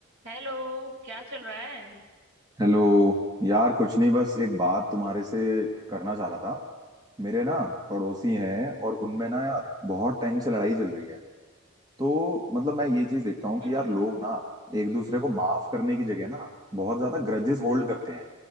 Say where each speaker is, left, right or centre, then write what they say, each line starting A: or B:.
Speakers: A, on the right; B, on the right.
A: Hello क्या चल रहा है
B: Hello यार कुछ नहीं बस एक बात तुम्हारे से करना चाह रहा था मेरे ना पड़ोसी हैं और उनमें ना यार बहुत टाइम से लड़ाई चल रही है तो मतलब मैं ये चीज देखता हूँ
A: हम्म
B: कि यार लोग ना एक दूसरे को माफ करने की जगह ना बहुत ज्यादा ग्रजेस होल्ड करते हैं